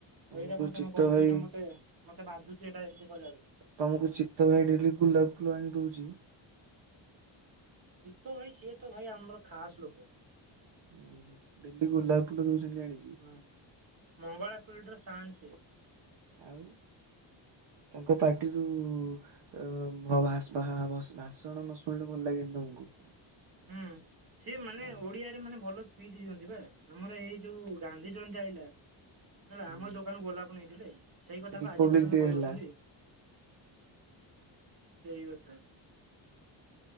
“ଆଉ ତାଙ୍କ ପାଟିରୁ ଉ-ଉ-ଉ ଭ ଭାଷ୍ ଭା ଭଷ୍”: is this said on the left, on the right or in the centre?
Right